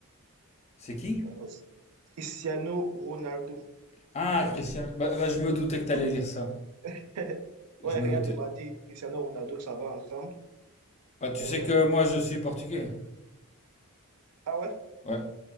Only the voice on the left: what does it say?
C'est qui?
Ah,
Christian, bah, bah, je me doutais que t'allais dire ça.
Je
me
doutais.
Bah, tu
sais que moi, je suis portugais.
Ouais.